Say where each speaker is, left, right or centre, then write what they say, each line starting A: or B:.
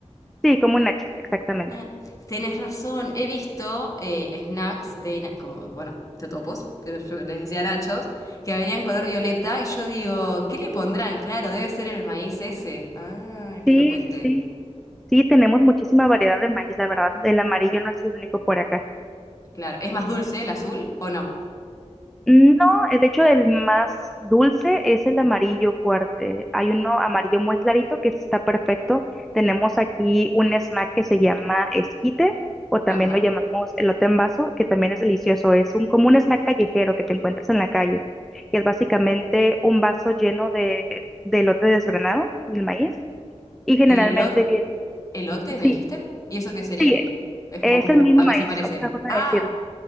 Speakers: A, in the centre; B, on the left.
A: Sí, como un nacho, exactamente.
B: Ah, Tienes razón, he visto eh, snacks de, na- como, bueno, totopos, que yo les decía nachos, que verían color violeta y yo digo, ¿qué le pondrán? Claro, debe ser el maíz ese. Ah,
A: Sí,
B: que lo cuente.
A: sí, sí. Sí, tenemos muchísima variedad de maíz, la verdad. El amarillo no es el único por acá.
B: Claro, ¿es más dulce el azul o no?
A: No, eh, de hecho el más dulce es el amarillo fuerte. Hay uno amarillo muy clarito que ese está perfecto. Tenemos aquí un snack que se llama esquite o también
B: Ajá.
A: lo llamamos elote en vaso, que también es delicioso. Es un como un snack callejero que te encuentras en la calle, que es básicamente un vaso lleno de, de elote desgranado, el maíz, y generalmente
B: ¿De elot-
A: viene,
B: elote me
A: sí,
B: dijiste? ¿Y eso qué sería?
A: sí,
B: Es-
A: es
B: ¿O como,
A: el mismo
B: a
A: maíz,
B: qué se parece?
A: otra forma
B: Ah,
A: de decirlo.